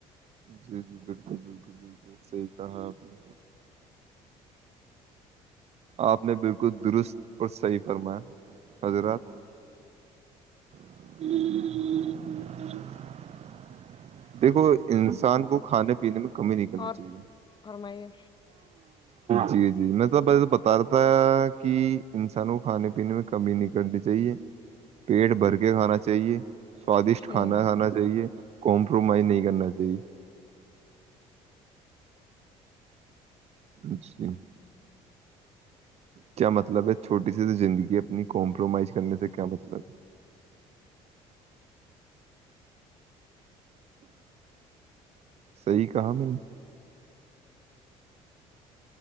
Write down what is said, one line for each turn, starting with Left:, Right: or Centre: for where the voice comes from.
Right: جی جی بالکل بالکل بالکل صحیح کہا آپ نے آپ نے بالکل درست اور صحیح فرمایا حضرات <unintelligible> دیکھو انسان کو کھانے پینے میں کمی نہیں کرنی
Left: اور
Right: چاہیے
Left: فرمائیے
Right: جی جی میں تو بتا رہا تھا کہ انسان کو کھانے پینے میں کمی نہیں کرنی چاہیے پیٹ بھر کے کھانا چاہیے سوادشٹ کھانا
Left: ہوں
Right: کھانا چاہیے کمپرومائز نہیں کرنا چاہیے اچھی کیا مطلب ہے چھوٹی سی زندگی اپنی کمپرومائز کرنے سے کیا مطلب ہے صحی کہا میں نے